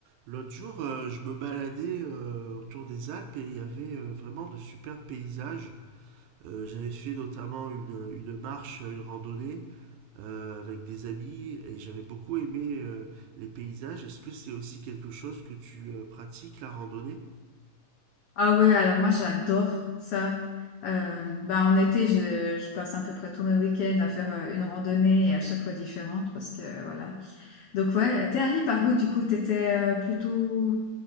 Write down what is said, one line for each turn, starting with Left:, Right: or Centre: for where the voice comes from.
Right: L'autre jour, euh, je me baladais euh, autour des Alpes et il y avait euh, vraiment de superbes paysages. Euh, j'avais fait notamment une, une marche, une randonnée euh, avec des amis et j'avais beaucoup aimé euh, les paysages. Est-ce que c'est aussi quelque chose que tu euh, pratiques, la randonnée?
Left: Ah ouais, alors moi j'adore ça. Euh, bah en été, je, je passe à peu près tous mes week-ends à faire euh, une randonnée et à chaque fois différente parce que euh, voilà. Donc ouais, t'es allé par où du coup? T'étais euh, plutôt